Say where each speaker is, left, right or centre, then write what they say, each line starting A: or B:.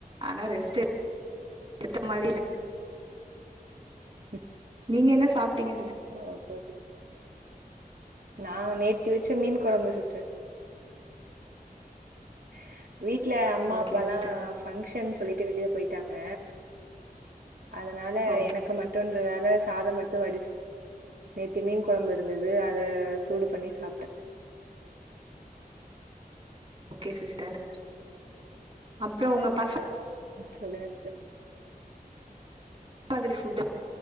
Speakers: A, on the right; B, on the right.
A: ஆனா ரெஸ்ட்டு எடுத்த மாரியே இல்ல
B: ம்
A: நீங்க என்ன சாப்டீங்க
B: ஓ <unintelligible> நா நேத்துவச்ச மீன் கொழம்பு சிஸ்டர் <inaudible> வீட்டு்ல அம்மா
A: ஓகே
B: அப்பாலா
A: சிஸ்டர்
B: ஃபங்ஷன் சொல்லிட்டு வெளிய போயிட்டாங்க அதனால
A: ஓகே
B: எனக்கு மட்டும்ன்றதால சாதோ மட்டும் வடிச்சுட் நேத்து மீன் கொழம்பு இருந்தது அத சூடு பண்ணி சாப்ட்டே
A: ஓகே சிஸ்டர் அப்புறோ உங்க பச
B: சொல்லான்சர்
A: என்ன மாதிரி ஃபுட்